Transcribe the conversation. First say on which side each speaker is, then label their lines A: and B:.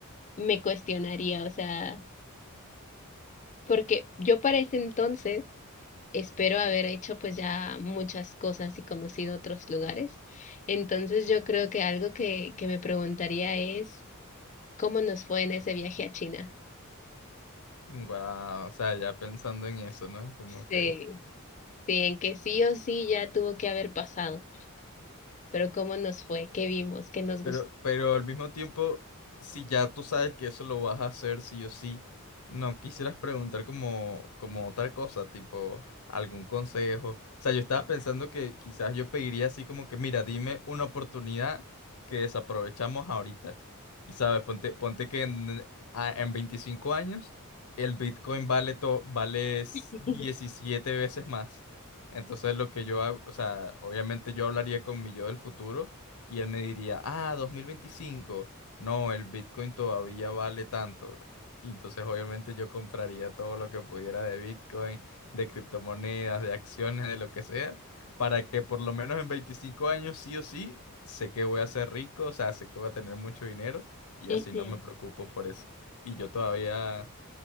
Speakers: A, on the left; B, on the left.
A: me cuestionaría, o sea, porque yo para ese entonces Espero haber hecho pues ya muchas cosas y conocido otros lugares. Entonces yo creo que algo que, que me preguntaría es ¿cómo nos fue en ese viaje a China?
B: Wow, o sea, ya pensando en eso, ¿no? Como
A: Sí,
B: que...
A: sí, en que sí o sí ya tuvo que haber pasado, pero ¿cómo nos fue? ¿Qué vimos? ¿Qué nos
B: Pero,
A: gustó?
B: pero al mismo tiempo, si ya tú sabes que eso lo vas a hacer sí o sí, no quisieras preguntar como, como otra cosa, tipo algún consejo. O sea, yo estaba pensando que quizás yo pediría así como que, mira, dime una oportunidad que desaprovechamos ahorita. Y sabes, ponte, ponte que en, a- en 25 años el Bitcoin vale, to- vale s-
A: <laughs>
B: 17 veces más. Entonces lo que yo hago, o sea, obviamente yo hablaría con mi yo del futuro y él me diría, ah, 2025. No, el Bitcoin todavía vale tanto. Y entonces obviamente yo compraría todo lo que pudiera de Bitcoin, de criptomonedas, de acciones, de lo que sea, para que por lo menos en 25 años sí o sí, sé que voy a ser rico, o sea, sé que voy a tener mucho dinero y
A: Ujú,
B: así no me preocupo por eso. Y yo todavía,